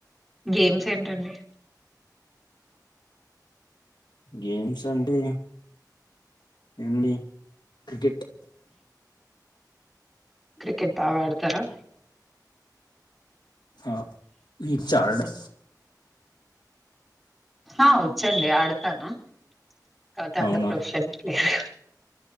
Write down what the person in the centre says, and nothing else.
గేమ్స్ ఏంటండి
క్రికెట్ బాగా ఆడతారా
ఆ వచ్చండి ఆడతాను కౌతా అంద
ప్రోషన్ ప్లేయర్